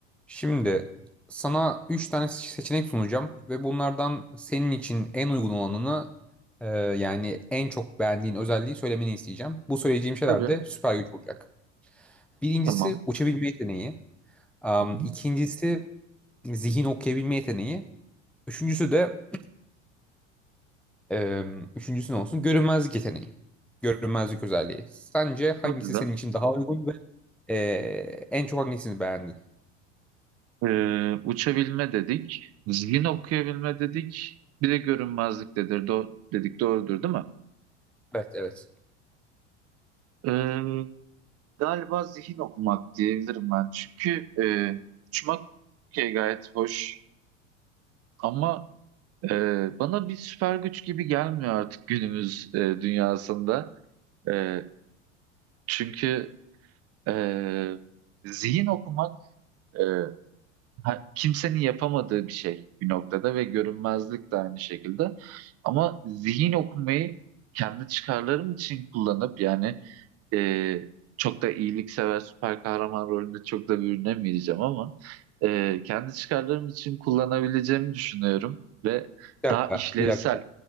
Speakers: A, in the centre; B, on the right.
A: Şimdi sana 3 tane se- seçenek sunacağım ve bunlardan senin için en uygun olanını e, yani en çok beğendiğin özelliği söylemeni isteyeceğim. Bu söyleyeceğim şeyler
B: Tabii.
A: de süper güç olacak. Birincisi
B: Tamam.
A: uçabilme yeteneği. Am,
B: Hı hı.
A: İkincisi zihin okuyabilme yeteneği. Üçüncüsü de em, üçüncüsü ne olsun? Görünmezlik yeteneği. Görünmezlik özelliği. Sence hangisi
B: Çok güzel.
A: senin için daha uygun ve e, en çok hangisini beğendin?
B: Ee, uçabilme dedik. Zihin okuyabilme dedik. Bir de görünmezlik dedir, do dedik. Doğrudur değil mi?
A: Evet, evet.
B: Ee, galiba zihin okumak diyebilirim ben. Çünkü e, uçmak okey, gayet hoş. Ama e, bana bir süper güç gibi gelmiyor artık <laughs> günümüz e, dünyasında. E, çünkü e, zihin okumak e, ha- kimsenin yapamadığı bir şey bir noktada ve görünmezlik de aynı şekilde. Ama zihin okumayı kendi çıkarlarım için kullanıp yani e, çok da iyiliksever süper kahraman rolünde çok da bürünemeyeceğim ama e, kendi çıkarlarım için kullanabileceğimi düşünüyorum ve
A: Bir dakika,
B: daha işlevsel.
A: bir dakika.